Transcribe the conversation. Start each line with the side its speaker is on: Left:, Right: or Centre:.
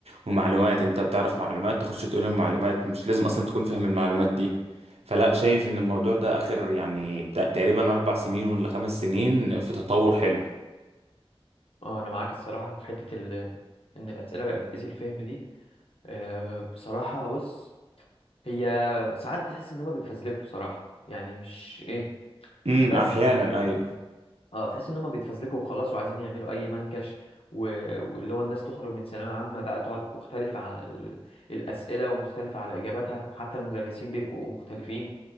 Right: ومعلومات انت بتعرف معلومات تخش تقول المعلومات مش لازم اصلا تكون فاهم المعلومات دي فلا
Left: مم.
Right: شايف ان الموضوع ده اخر يعني بتاع تقريبا اربع سنين ولا خمس سنين في تطور حلو
Left: اه انا معاك الصراحه في حته ال... ان الاسئله بقت بتقيس الفهم دي آه بصراحه بص هي ساعات تحس ان هما بيتفزلكوا بصراحه يعني مش ايه
Right: امم
Left: بس
Right: احيانا ايوه
Left: اه تحس ان هم بيتفزلكوا وخلاص وعايزين يعملوا اي منكش و... واللي هو الناس تخرج من ثانويه عامه بقى تقعد مختلفه على ال... الاسئله ومختلفه على اجاباتها حتى المدرسين بيبقوا مختلفين